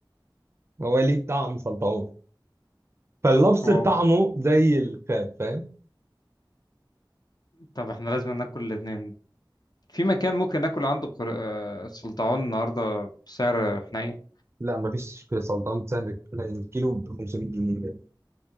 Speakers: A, on the right (about 30°); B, on the left (about 55°).
A: هو ليه طعم سلطعون فاللبس
B: واو
A: بطعمه زي الكراب فاهم؟
B: طب احنا لازم ناكل الاتنين في مكان ممكن ناكل عنده قر- آه، سلطعون النهارده بسعر حنين
A: لا مفيش سلطعون بتسعر الكيلو ب 500 جنيه